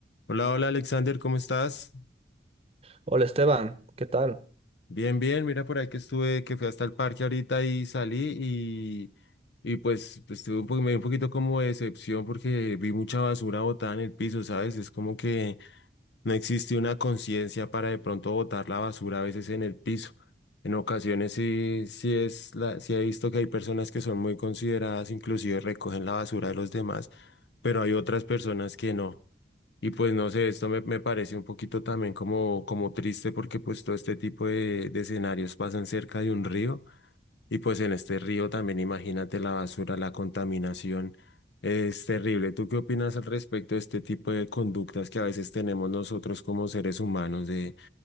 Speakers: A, on the left; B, on the right.
A: Hola, hola Alexander, ¿cómo estás?
B: Hola Esteban, ¿qué tal?
A: Bien, bien, mira por ahí que estuve, que fui hasta el parque ahorita y salí y, y pues, pues tuve un po- me dio un poquito como de decepción porque vi mucha basura botada en el piso, ¿sabes? Es como que no existe una conciencia para de pronto botar la basura a veces en el piso. En ocasiones sí, sí es la, sí he visto que hay personas que son muy consideradas, inclusive recogen la basura de los demás, pero hay otras personas que no. Y pues no sé, esto me, me parece un poquito también como, como triste porque pues todo este tipo de, de escenarios pasan cerca de un río y pues en este río también imagínate la basura, la contaminación, es terrible. ¿Tú qué opinas al respecto de este tipo de conductas que a veces tenemos nosotros como seres humanos de